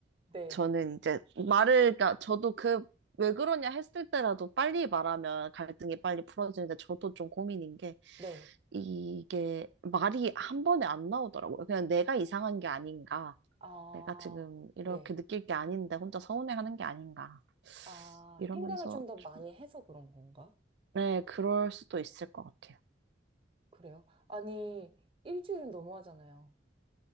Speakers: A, on the right; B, on the right.
A: 네.
B: 저는 이제 말을, 그러니까 저도 그, 왜 그러냐 했을 때라도 빨리 말하면 갈등이 빨리 풀어지는데 저도 좀 고민인 게
A: 네.
B: 이게 말이 한 번에 안 나오더라고요. 그냥 내가 이상한 게 아닌가.
A: 아,
B: 내가 지금 이렇게
A: 네.
B: 느낄 게 아닌데 혼자 서운해하는 게 아닌가.
A: 아,
B: 이러면서
A: 생각을 좀 더
B: 좀,
A: 많이 해서 그런 건가?
B: 네, 그럴 수도 있을 것 같아요.
A: 그래요? 아니, 일주일은 너무하잖아요.